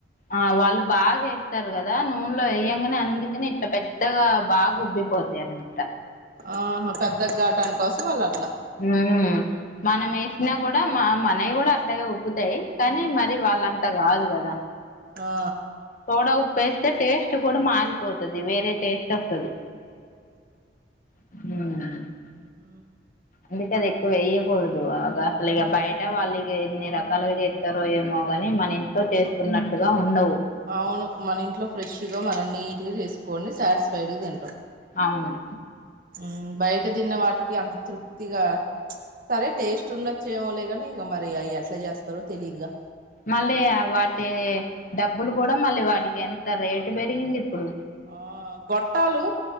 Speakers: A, on the left (about 45°); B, on the right (about 50°).
A: ఆ వాళ్ళు బాగా ఏస్తారు కదా నూనెలో ఏయంగనే అందుకనే ఇట్ల పెద్దగా బాగా ఉబ్బిపోద్దీ అదే అనుకుంట
B: ఆహా పెద్దగ్గాటాని కోసం వాళ్ళు అట్లా
A: హ్మ్ మనం ఏసినా కూడా మా మనయి కూడా అట్లనే ఉబ్బుతయి, కానీ మరి వాళ్ళంతా కాదు కదా
B: ఆ
A: తోడా ఉప్పేస్తే టేస్ట్ కూడా మారి పోతది వేరే టేస్ట్ వస్తది ఉమ్
B: ఆ
A: అందుకదే ఎక్కువ వేయకూడదు ఆ గ అసలు ఇగ బయట వాళ్ళు ఇగ ఎన్ని రకాలుగా చేస్తారో ఏమో గని నీ మన ఇంట్లో చేస్తున్నట్టుగా ఉండవు
B: అవును మన ఇంట్లో ఫ్రెష్ గా మనం నీట్ గా చేసుకోని సాటిస్ఫైడ్ గా తింటాం.
A: అవును
B: ఉమ్ బయట తిన్న వాటికి అంత తృప్తిగా సరే టేస్ట్ ఉండొచ్ చేయములేగనీ ఇగ మరి అయి ఎట్లా చేస్తారో తెలియదుగ
A: మళ్ళీ వాటి డబ్బులు కూడా మళ్ళీ వాటికి ఎంత రేటు పెరిగింది ఇప్పుడు
B: ఆ గొట్టాలు